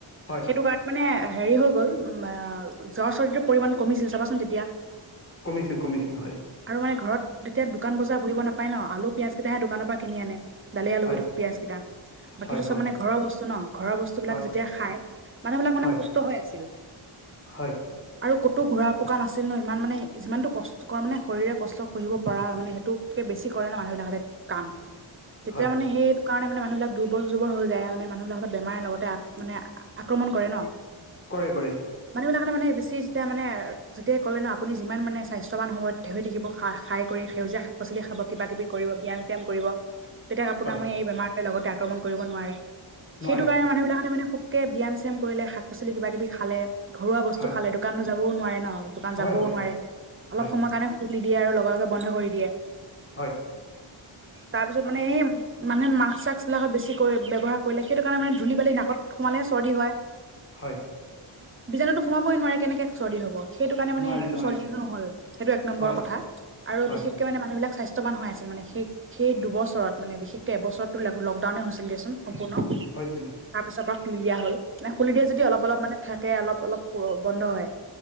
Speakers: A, on the left; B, on the right.
A: হয়
B: সেইটো কাৰণে, মানে হেৰি হৈ গ'ল জ্বৰ চৰ্দি ৰ পৰিমাণ কমিছিল চাবাচোন তেতিয়া।
A: কমিছিল-কমিছিল হয়।
B: আৰু মানে ঘৰত তেতিয়া দোকান বজাৰ বহিব নাপায় ন' আলু পিয়াজ কেইটাহে দোকানৰ পৰা কিনি আনে। দালি আলু
A: হয়
B: পিয়াজ কেইটা। বাকীটো
A: হয়
B: চব
A: হয়
B: মানে ঘৰৰ বস্তু ন, ঘৰৰ বস্তুবিলাক
A: হয়
B: যেতিয়া খাই মানুহবিলাক মানে
A: হয়
B: সুস্থ হৈ আছিল।
A: হয়।
B: আৰু ক'তো ঘূৰা পকা নাছিল ন, ইমান মানে যিমানটো কষ্টকৰ মানে শৰীৰে কষ্ট সহিব পৰা মানে সেইটোক, বেছি কৰে ন মানুহবিলাকতে কাম, তেতিয়া
A: হয়
B: মানে সেইটো কাৰণে মানে মানুহবিলাক দুৰ্বল-চুৰ্বৰ হৈ যায়, মানে মানুহ বিলাকত বেমাৰ লগতে মানে আক্ৰমণ কৰে ন।
A: কৰে-কৰে।
B: মানুহবিলাক কাৰণে মানে বেছি যেতিয়া মানে যেতিয়া ক'লে ন' আপুনি যিমান মানে স্বাস্থ্যৱান সময়ত, হৈ থাকিব খা খাই কৰি সেউজীয়া শাক পাচলি খাব কিবা কিবি কৰিব ব্যাম শ্যাম কৰিব। তেতিয়া আপোনাক
A: হয়
B: মানে এই বেমাৰটোৱে লগতে আক্ৰমণ কৰিব নোৱাৰে।
A: নোৱাৰে
B: সেইটো কাৰণে মানুহবিলাক মানে কে ব্যাম-চ্যাম কৰিলে, শাক পাচলি কিবা কিবি খালে, ঘৰুৱা বস্তু
A: হয়
B: খালে, দোকানো যাবও নোৱাৰে ন। দোকান
A: হয়
B: যাবও
A: হয়
B: নোৱাৰে, অলপ
A: হয়
B: সময় কাৰণে খুলি দিয়ে আৰু লগে লগে বন্ধ কৰি দিয়ে।
A: হয়
B: তাৰ পিছত মানে সেই মানে মাক্স চাক্স বিলাকত বেছি কৰি ব্যৱহাৰ, কৰিলে, সেইটো কাৰণে মানে ধূলি বালি নাকত সোমালে হে চৰ্দি হয়।
A: হয়।
B: বীজাণুটো সোমাবই নোৱাৰে কেনেকৈ চৰ্দি হ'ব। সেইটো কাৰণে মানে
A: নোৱাৰে
B: এইটো
A: নোৱাৰে
B: চৰ্দিটো নহল, সেইটো এক নম্বৰ
A: হয়
B: কথা আৰু
A: হয়
B: বিশেষ মানে মানুহবিলাক স্বাস্থ্যৱান হৈ আছিল মানে, সেই সেই দুবছৰত মানে বিশেষকে এবছৰত। লকডাউনেই হৈছিল দিয়াচোন সম্পূৰ্ণ।
A: হয় চাগে।
B: তাৰপিছৰ পৰা খুলি দিয়া হল, মানে খুলি দিয়া যদি অলপ অলপ মানে থাকে অলপ অলপ বন্ধ হয়।